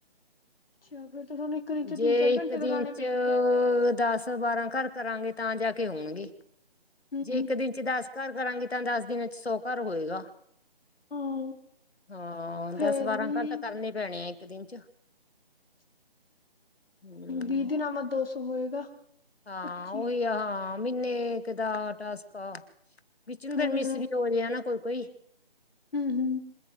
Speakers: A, on the left; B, on the left.
A: ਅੱਛਾ, ਫੇਰ ਤਾ ਤੁਹਾਨੂੰ ਦਿਨ ਚ
B: ਜੇ
A: ਤਿੰਨ ਚਾਰ
B: ਇੱਕ
A: ਘੰਟੇ ਤਾਂ
B: ਦਿਨ'ਚ
A: ਲਾਣੇ ਪਏਗੇ,
B: ਅ--ਦਸ-ਬਾਰਾਂ ਘਰ ਕਰਾਂਗੇ, ਤਾਂ ਜਾਕੇ ਹੋਣਗੇ,
A: ਹੂੰ
B: ਜੇ
A: ਹੂੰ
B: ਇੱਕ ਦਿਨ ਦਸ ਘਰ ਕਰਾਂਗੇ, ਤਾਂ ਦਸ ਦਿਨਾਂ'ਚ ਸੌ ਘਰ ਹੋਏਗਾ।
A: ਹਾਂ
B: ਹਾਂ,
A: ਫੇਰ
B: ਦਸ-ਬਾਰਾਂ
A: ਵੀ
B: ਘਰ ਤਾਂ ਕਰਨੇ ਪੈਣੇ ਆ, ਇੱਕ ਦਿਨ'ਚ। ਹੂੰ
A: ਵੀਹ ਦਿਨਾਂ ਬਾਅਦ ਦੋ ਸੋ ਹੋਏਗਾ।
B: ਹਾਂ,
A: ਪੱਚੀ
B: ਉਹੀ ਆ, ਹਾਂ ਮਹੀਨੇ ਇਕ ਦਾ ਟਾਸਕ ਆ। ਵਿੱਚ ਨੂੰ ਫੇਰ
A: ਹੂੰ,
B: ਮਿਸ ਵੀ ਹੋ ਰਿਹਾ ਨਾ, ਕੋਈ-ਕੋਈ।
A: ਹੂੰ-ਹੂੰ,